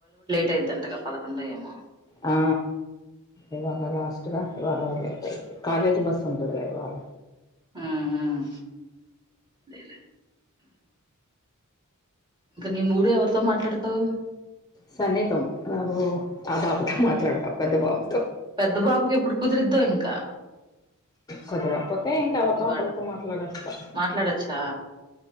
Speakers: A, on the right; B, on the left.
A: పెద్దంటగా పదకొండో ఏమో
B: ఆ ఇవాళ లాస్ట్ గా ఇవాళ లేట్ అయిద్ది కాలేజీ బస్సు ఉంటదిలే ఇవాళ
A: ఉమ్ ఉమ్ అదేలే ఇంకా నీ మూడు ఎవరితో మాట్లాడుతావ్
B: సన్నీతో అబ్బో ఆ బాబుతో మాట్లాడతావ్ పెద్ద బాబు
A: పెద్ద బాబుకి ఎప్పుడు కుదిరిద్దో ఇంకా
B: కుదరకపోతే ఇంకా ఎవళ్తో
A: ఇవాళ
B: ఒకళ్తో మాట్లాడేస్తా
A: మాట్లాడొచ్చా